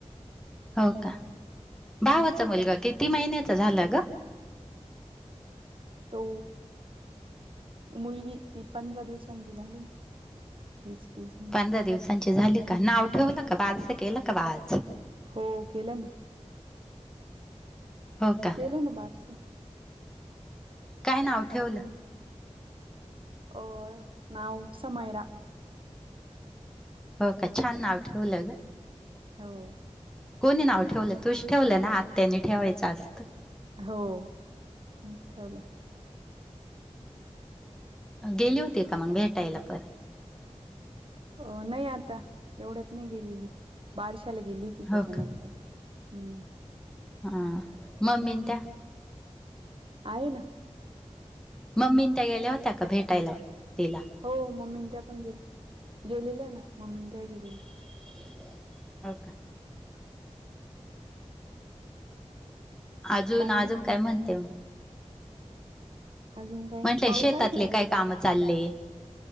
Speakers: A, in the centre; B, on the right.
A: हो का? भावाचा
B: हो.
A: मुलगा किती महिन्याच झाला ग?
B: तो मुलगी ती पंधरा दिवसांची झाली ना. वीस दिवसांची
A: पंधरा दिवसांची झाली का? नाव ठेवलं का बारस केलं का बाळाचं?
B: हो केलं ना.
A: हो का.
B: केलं ना बारस.
A: काय नाव ठेवलं?
B: ओ, नाव समयरा.
A: हो का, छान नाव ठेवलं ग.
B: हो
A: कोणी नाव ठेवलं? तूच ठेवलं ना? आत्यानी ठेवायचं असतं.
B: हो, मीच ठेवलं.
A: गेली होती का मग भेटायला परत?
B: हो नाही आता, एवढच नाही गेलेली, बारशाला गेली होती,
A: हो
B: त्याच्यानंतर हम्म!
A: हा, मम्मी त्या
B: आहे ना.
A: मम्मीन त्या गेल्या होत्या का भेटायला? तिला
B: हो मम्मीन त्या, पण गेले गेलेल्या ना, मम्मी त्या गेलेल्या.
A: <unintelligible> <inaudible> हा का? अजून,
B: बाकी
A: अजून काय म्हणते?
B: अजून काही
A: म्हटलं
B: नाही. पाऊस
A: शेतातले
B: आहे का तिकडे?
A: काय काम चालले